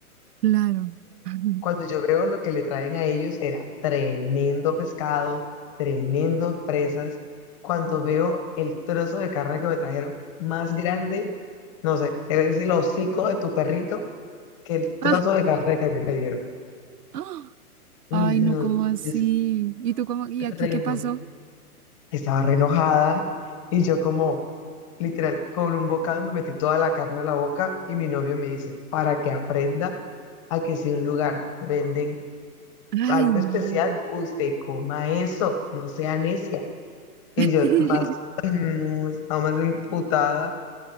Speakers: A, on the right; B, on the left.
A: Claro. <laughs>
B: cuando yo veo lo que le traen a ellos era tremendo pescado, tremendos presas. Cuando veo el trozo de carne que me trajeron más grande, no sé, es el hocico de tu perrito que el trozo
A: Ah,
B: de carne que a mí me dieron.
A: ah,
B: Uy,
A: ay,
B: no,
A: no, ¿cómo
B: yo
A: así?
B: es-
A: ¿Y tú cómo? ¿Y aquí
B: re
A: qué
B: no.
A: pasó?
B: estaba re enojada y yo como, literal, con un bocado me metí toda la carne a la boca y mi novio me dice, para que aprenda a que si en un lugar venden algo
A: Ay, no.
B: especial, usted coma eso, no sea necia.
A: <laughs>
B: Y yo más, ay, no, estaba más emputada.